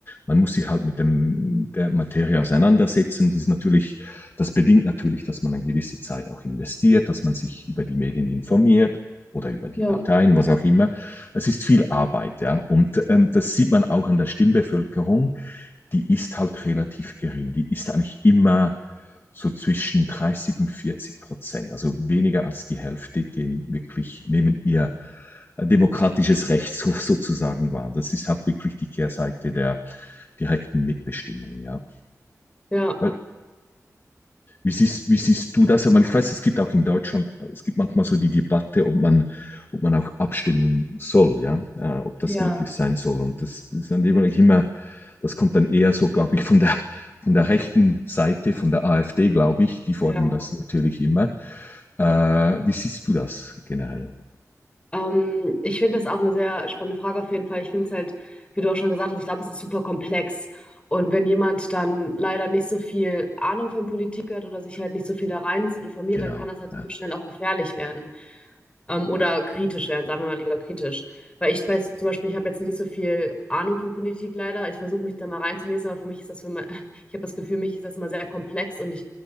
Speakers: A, on the left; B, on the left.
A: man muss sich halt mit dem, der Materie auseinandersetzen. Das ist natürlich, das bedingt natürlich, dass man eine gewisse Zeit auch investiert, dass man sich über die Medien informiert oder über die
B: Ja,
A: Parteien, was auch immer. Es ist viel Arbeit, ja. Und ähm, das sieht man auch an der Stimmbevölkerung die ist halt relativ gering. Die ist eigentlich immer so zwischen 30 und 40 Prozent. Also weniger als die Hälfte gehen wirklich, nehmen ihr demokratisches Recht so, sozusagen wahr. Das ist halt wirklich die Kehrseite der direkten Mitbestimmung, ja.
B: ja,
A: Weil wie siehst, wie siehst du das? Ich meine, ich weiß, es gibt auch in Deutschland, es gibt manchmal so die Debatte, ob man, ob man auch abstimmen soll, ja, äh, ob das
B: ja,
A: möglich sein soll. Und das, das ist dann immer, das kommt dann eher so, glaube ich, von der, von der rechten Seite, von der AfD, glaube ich, die fordern
B: ja.
A: Ja. das natürlich immer. Äh, wie siehst du das generell?
B: Ähm, ich finde das auch eine sehr spannende Frage auf jeden Fall. Ich finde es halt, wie du auch schon gesagt hast, ich glaube, es ist super komplex. Und wenn jemand dann leider nicht so viel Ahnung von Politik hat oder sich halt nicht so viel da reinliest und informiert,
A: Genau.
B: dann kann das halt
A: Ja,
B: super schnell auch gefährlich werden. Ähm, oder kritisch werden, sagen wir mal lieber kritisch. Weil ich weiß, zum Beispiel, ich habe jetzt nicht so viel Ahnung von Politik leider. Ich versuche mich da mal reinzulesen, aber für mich ist das für mein, <laughs> ich habe das Gefühl, mich ist das immer sehr komplex und ich